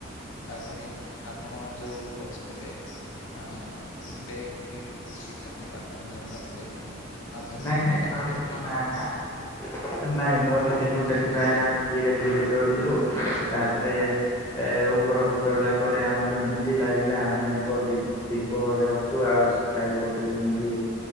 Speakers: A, on the left; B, on the left.
A: ଆଉ ପୁଣି ଆପଣ ଯୋଉ ପଛ ସେପଟେ ହ ବେଗ କିଛି ଖାଦ୍ୟପାନ ଧରି ନଥିଲେ ପୁଣି ଆଉ ଧରିଥିଲେ
B: ନାଇଁ ନାଇଁ
A: ତ କେତେ
B: ଧରିଥିଲୁ
A: କଷ୍ଟ ହେଇଥାନ୍ତା
B: ନାଇଁ ଆଜ୍ଞା ନାଇଁ ଧରିଥିଲୁ ସେଥିପାଇଁ
A: ଆଜ୍ଞା ଆଜ୍ଞା
B: ଆମେ ଧୀରେ ଧୀରେ ଚଢିଲୁ ତାପରେ ଏ ଉପରକୁ ଚଢିଲା ପରେ ଆମକୁ ଏମିତି ଲାଗିଲା ଆମେ ଏକ ଦୀ ଦୀପରେ ଅଛୁ ଆଉ ଚାରିପଟେ ଯେମିତି